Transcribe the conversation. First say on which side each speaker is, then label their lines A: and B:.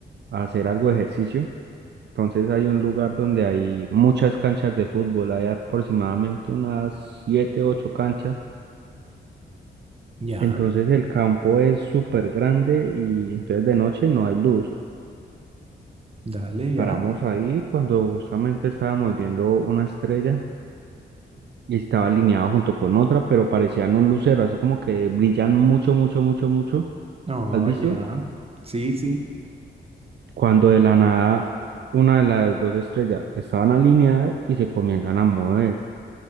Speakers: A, on the right (about 60°); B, on the right (about 30°).
A: a hacer algo de ejercicio Entonces hay un lugar donde hay muchas canchas de fútbol, hay aproximadamente unas siete, ocho canchas.
B: Ya,
A: Entonces el campo es súper grande y entonces de noche no hay luz.
B: dale, ya.
A: Paramos ahí cuando justamente estábamos viendo una estrella y estaba alineado junto con otra, pero parecían un lucero, así como que brillan mucho, mucho, mucho, mucho.
B: No,
A: ¿Has visto?
B: ya. Sí, sí.
A: Cuando de la nada una de las dos estrellas estaban alineadas y se comienzan a mover.